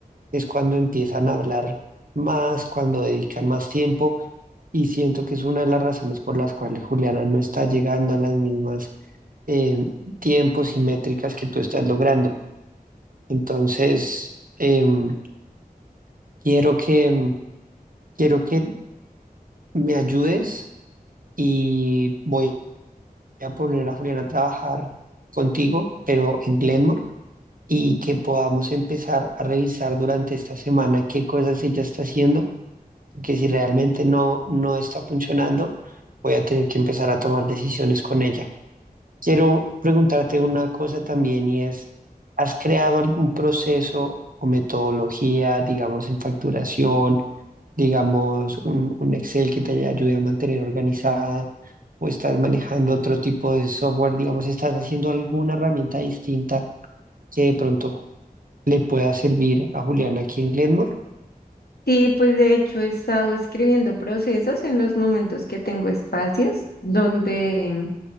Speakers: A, on the right; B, on the left.
A: es cuando empiezan a hablar más, cuando dedican más tiempo y siento que es una de las razones por las cuales Juliana no está llegando a las mismas eh, tiempos y métricas que tú estás logrando. Entonces, em, quiero que, mm, quiero que me ayudes y voy a poner a Juliana a trabajar contigo, pero en Glenmore, y que podamos empezar a revisar durante esta semana qué cosas ella está haciendo que si realmente no, no está funcionando, voy a tener que empezar a tomar decisiones con ella. Quiero preguntarte una cosa también y es, ¿has creado algún proceso o metodología, digamos, en facturación, digamos, un, un Excel que te ayude a mantener organizada o estás manejando otro tipo de software, digamos, estás haciendo alguna herramienta distinta que de pronto le pueda servir a Juliana aquí en Glenmore?
B: Sí, pues de hecho he estado escribiendo procesos en los momentos que tengo espacios donde